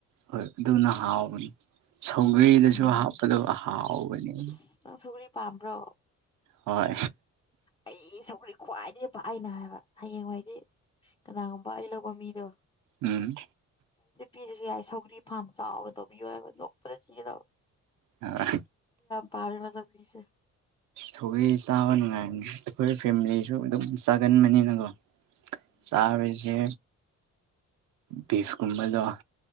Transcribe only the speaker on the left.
ꯎꯝ
ꯑꯁ ꯅꯪ ꯁꯧꯒ꯭ꯔꯤ ꯄꯥꯝꯕ꯭ꯔꯣ
ꯑꯩ ꯁꯧꯒ꯭ꯔꯤ ꯈ꯭ꯋꯥꯏꯗꯒꯤ ꯑꯩꯅ ꯍꯥꯏꯕ ꯍꯌꯦꯡꯋꯥꯗꯤ ꯀꯅꯥꯒꯨꯝꯕ ꯑꯩ ꯂꯧꯕ ꯃꯤꯗꯣ
ꯄꯤꯤꯔꯁꯨ ꯌꯥꯏ ꯁꯧꯒ꯭ꯔꯤ ꯐꯥꯔꯝ ꯆꯥꯎꯅ ꯇꯧꯕꯤꯌꯣ ꯍꯥꯏꯕ ꯂꯣꯛꯄꯗ ꯆꯤꯗꯕ
ꯄꯥ ꯃꯖ ꯐꯔꯤꯁꯦ